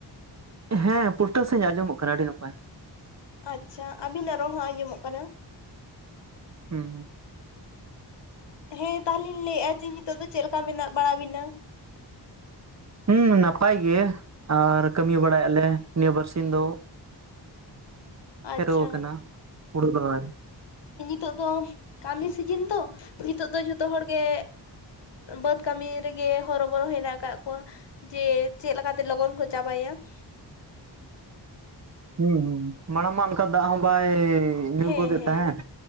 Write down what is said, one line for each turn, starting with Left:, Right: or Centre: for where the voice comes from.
Right: ᱦᱮᱸ ᱯᱩᱥᱴᱟᱹ ᱥᱟᱦᱤᱡ ᱟᱸᱡᱚᱢᱚᱜ ᱠᱟᱱᱟ ᱟᱹᱰᱤ ᱱᱟᱯᱟᱭ᱾
Left: ᱟᱪᱪᱷᱟ ᱟᱵᱤᱱᱟᱜ ᱨᱚᱲ ᱦᱚᱸ ᱟᱸᱡᱚᱢᱚᱜ ᱠᱟᱱᱟ᱾
Right: ᱦᱩᱸ ᱦᱩᱸ,
Left: ᱦᱮᱸ ᱛᱟᱦᱚᱞᱮᱧ ᱞᱟᱹᱭᱮᱜᱼᱟ ᱡᱮ ᱱᱤᱛᱚᱜ ᱫᱚ ᱪᱮᱫ ᱞᱮᱠᱟ ᱢᱮᱱᱟᱜ ᱵᱟᱲᱟ ᱵᱤᱱᱟ?
Right: ᱦᱩᱸ, ᱱᱟᱯᱟᱭ ᱜᱮ ᱟᱨ ᱠᱟᱹᱢᱤ ᱵᱟᱲᱟᱭ ᱟᱞᱮ ᱱᱤᱭᱟᱹ ᱵᱟᱨᱥᱤᱧ ᱫᱚ᱾
Left: ᱟᱪᱪᱷᱟ
Right: ᱦᱤᱨᱳᱣ ᱟᱠᱟᱱᱟ ᱦᱩᱲᱩ ᱨᱚᱦᱚᱭ ᱾
Left: ᱦᱤᱛᱳᱜ ᱫᱚ ᱠᱟᱹᱢᱤ ᱥᱤᱡᱤᱱ ᱛᱚ ᱱᱤᱛᱳᱜ ᱫᱚ ᱡᱚᱛᱚ ᱦᱚᱲ ᱜᱮ ᱵᱟᱹᱫᱽ ᱠᱟᱹᱢᱤ ᱨᱮ ᱜᱮ ᱦᱚᱨᱚᱵᱚᱨᱚ ᱦᱮᱱᱟᱜ ᱟᱠᱟᱫ ᱠᱚᱣᱟ ᱾ ᱡᱮ, ᱪᱮᱫ ᱞᱮᱠᱟ ᱛᱮ ᱞᱚᱜᱚᱱ ᱠᱚ ᱪᱟᱵᱟᱭᱟ ᱾
Right: ᱦᱩᱸ ᱦᱩᱸ, ᱢᱟᱲᱟᱝ ᱢᱟ ᱚᱝᱠᱟ ᱫᱟᱜ ᱦᱚᱸ ᱵᱟᱭ ᱧᱩᱨ
Left: ᱦᱮᱸ
Right: ᱜᱚᱫᱮᱫ
Left: ᱦᱮᱸ
Right: ᱛᱟᱦᱮᱫ